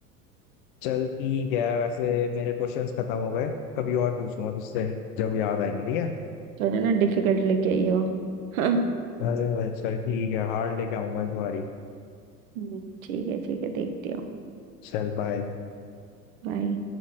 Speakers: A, on the left; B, on the right.
A: चल ठीक है वैसे मेरे क्वेश्चंस खत्म हो गए कभी और पूछूंगा तुझसे जब याद आएंगे ठीक है
B: थोड़ा ना डिफिकल्ट लेके आई हो हाँ
A: अरे भाई, चल ठीक है हार्ड लेके आऊंगा इस बारी
B: हम्म, ठीक है ठीक है देखती हूँ
A: चल बाय
B: बाय